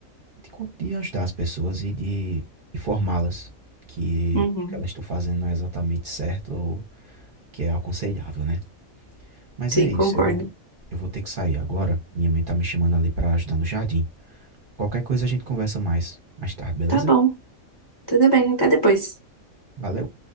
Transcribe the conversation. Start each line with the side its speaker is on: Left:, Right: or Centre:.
Right: de, co- de ajudar as pessoas e de informá-las que
Left: Uhum.
Right: o que elas estão fazendo não é exatamente certo ou Que é aconselhável, né. Mas
Left: Sim,
Right: é isso,
Left: concordo.
Right: eu eu vou ter que sair agora, minha mãe tá me chamando ali pra ajudar no jardim. Qualquer coisa a gente conversa mais, mais tarde, beleza?
Left: Tá bom, tudo bem, até depois.
Right: Valeu.